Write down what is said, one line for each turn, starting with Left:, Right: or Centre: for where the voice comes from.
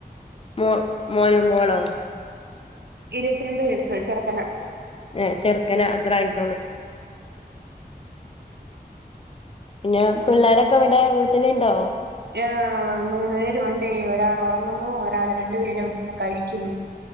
Left: മോ മോനോ മോളോ
Right: ഇരുവത്ത്രണ്ട് വയസ്ചെറക്കനാ
Left: ഏഹ് ചെറുക്കന് <unintelligible> പിന്നെ പിള്ളോരൊക്കൊവിടെ വീട്ടില്ണ്ടോ?
Right: ആ മൂന്നുപേര്ണ്ടെയ് ഒരാളൊറങ്ങുന്നു ഒരാള് രണ്ടുപേരവിടെരിന്ന് കഴിക്കുന്നു